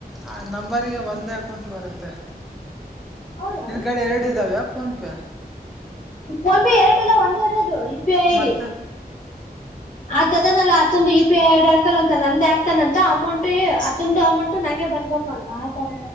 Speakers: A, in the centre; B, on the left.
A: ಆ ನಂಬರ್ರಿಗೆ ಒಂದೇ ಅಕೌಂಟ್ ಬರುತ್ತೆ.
B: ಹೌದಾ
A: ನಿನ್ ಕಡೆ ಎರಡು ಇದ್ದಾವೆ ಫೋನ್ಪೇ.
B: ಫೋನ್ ಪೇ ಎರಡು ಇಲ್ಲ ಒಂದೇ ಇರೋದು ಪಿ ಐ ಐ
A: ಮತ್ತೆ.
B: ಡಿ ಆತದನಲ್ಲ ಅತೊಂದು ಯು ಪಿ ಐ ಆರ್ಡ್ ಹಾಕಲ್ಲ ಅಂತ ನಂದೇ ಆಗ್ತಾನಂತ. ಮ ಅಮೌಂಟ್ ಅದೊಂದು ಅಮೌಂಟ್ ನಂಗೆ ಬರ್ಬೇಕು ಅಂತ ಆತರ